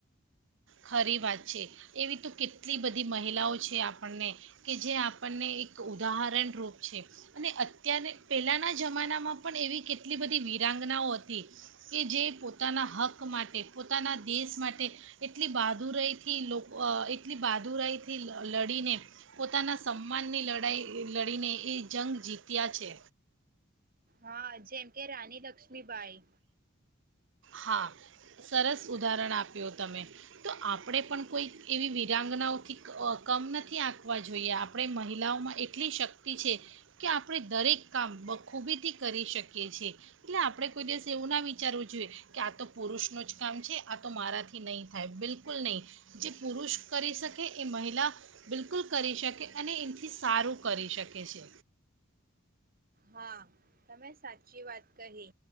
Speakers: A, on the right (about 60°); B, on the right (about 45°).
A: ખરી વાત છે એવી તો કેટલી બધી મહિલાઓ છે આપણને કે જે આપણને એક ઉદાહરણરૂપ છે અને અત્ય્યારે પહેલાંના જમાનામાં પણ એવી કેટલી બધી વીરાંગનાઓ હતી કે જે પોતાના હક માટે પોતાના દેશ માટે એટલી બહાદુરાઈથી લોકો એટલી બહાદુરાઈથી લડીને પોતાના સન્માનની લડાઈ લડીને એ જંગ જીત્યા છે.
B: હા જ. જેમ કે રાની લક્ષ્મીબાઈ.
A: હા સરસ ઉદાહરણ આપ્યું તમે તો આપણે પણ કોઈક એવી વીરાંગનાઓથી કમ નથી આંકવા જોઈએ આપણે મહિલાઓમાં એટલી શક્તિ છે કે આપણે દરેક કામ બખૂબીથી કરી શકીએ છીએ એટલે આપણે કોઈ દિવસ એવું ના વિચારવું જોઈએ. કે આ તો પુરુષનું જ કામ છે આ તો મારાથી નહીં થાય બિલકુલ નહીં જે પુરુષ કરી શકે એ મહિલા બિલકુલ કરી શકે અને એનાથી સારું કરી શકે છે.
B: હા તમે સાચી વાત કહી